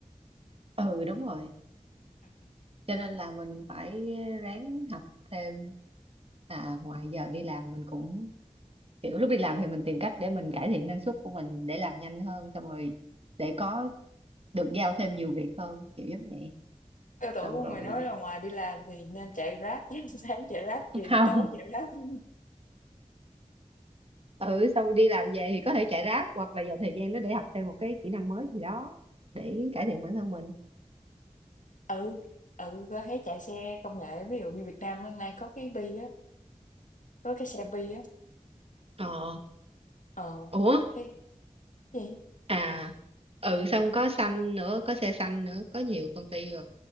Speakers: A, on the right; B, on the left.
A: Ừ đúng rồi.
B: Ừm,
A: Cho nên là mình phải ráng học thêm à ngoài giờ đi làm mình cũng kiểu lúc đi làm thì mình tìm cách để mình cải thiện năng suất của mình để làm nhanh hơn xong rồi để có được giao thêm nhiều việc hơn kiểu giống vậy.
B: tao tưởng
A: Xong rồi
B: mày nói là ngoài đi làm thì nên chạy Grab, <laughs> sáng chạy Grab, chiều
A: <laughs> không.
B: tối chạy Grab.
A: ừ sau đi làm về thì có thể chạy ráp hoặc là dành thời gian đó để học thêm một cái kỹ năng mới gì đó để cải thiện bản thân mình
B: Ừ, ừ, có thấy chạy xe công nghệ, ví dụ như Việt Nam hôm nay có cái Bi á, có cái xe Bi á,
A: Ờ,
B: ờ,
A: ủa,
B: thấy gì?
A: à, ừ, xong có xanh nữa, có xe xanh nữa, có nhiều công ty rồi.